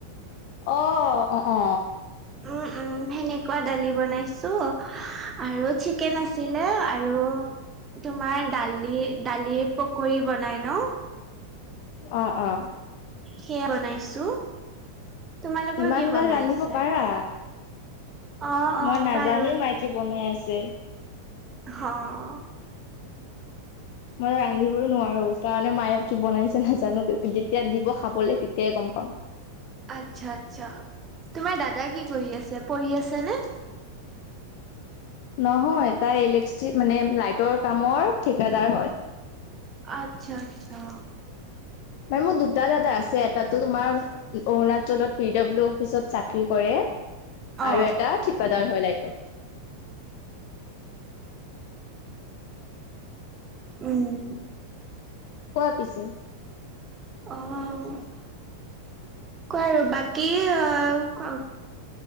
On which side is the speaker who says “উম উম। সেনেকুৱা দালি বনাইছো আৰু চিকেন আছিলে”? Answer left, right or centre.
Right